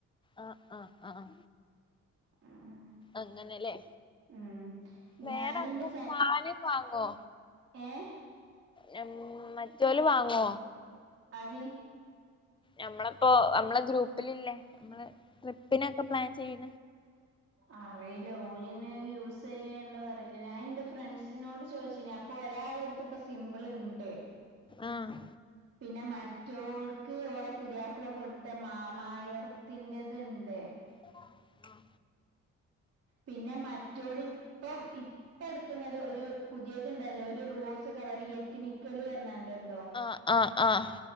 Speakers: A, on the left (about 15°); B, on the right (about 50°).
A: ആഹ് ആഹ് ആഹ്
B: ഉം
A: അങ്ങനെല്ലേ
B: ഉം
A: വേറെങ്ങ
B: ഞാനിന്റെ
A: ഫാന് വാങ്ങോ
B: ഏഹ്
A: നം മറ്റോല് വാങ്ങോ
B: ആര്
A: നമ്മളിപ്പോ നമ്മളെ ഗ്രൂപ്പില്ല്ലേ നമ്മള് ട്രിപ്പിനൊക്കെ പ്ലാൻ ചെയ്യ്
B: അറിയില്ല ഓല്ന്നെ യൂസ് ചെയ്യ്ണ്ടോ അറിയില്ല ഞാൻ എൻ്റെ ഫ്രണ്ട്സ്നോട് ചോദിച്ചിനി പ്പൊ ഒരാള അട്ത്ത് ഇപ്പ സിംമ്പിൾ ഇണ്ട്
A: ആഹ്
B: പിന്നെ മറ്റോൾക്ക് ഓളെ പുതിയാപ്പിള കൊടുത്ത മാമായർ ത്തിൻ്റേത്ണ്ട്
A: ആഹ്
B: പിന്നെ മറ്റോര് ഇപ്പം ഇപ്പം പ്പ ങ്ങട് ഒര് പുതിയത്ണ്ടല്ലോ ഒരു റോസ് കളർ എത്തിനിക്കലി കയണണ്ടണ്ട്
A: ആഹ് ആഹ് ആഹ്